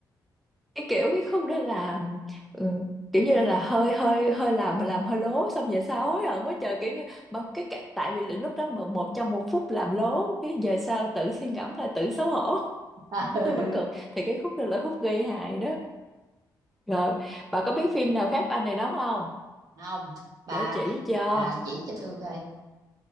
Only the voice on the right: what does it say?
<laughs> ừ.
không bà
bà chỉ cho tôi coi